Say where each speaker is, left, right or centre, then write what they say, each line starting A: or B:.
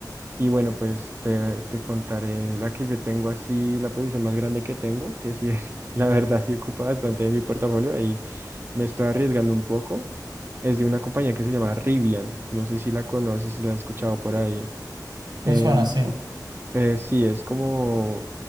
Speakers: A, on the right; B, on the right.
A: Y bueno, pues te, te contaré la que yo tengo así, la posición más grande que tengo, que sí, <laughs> la verdad sí ocupa bastante de mi portafolio, ahí me estoy arriesgando un poco. Es de una compañía que se llama Rivian, no sé si la conoces, si la has escuchado por ahí.
B: me
A: Em,
B: suena, sí.
A: eh, sí, es como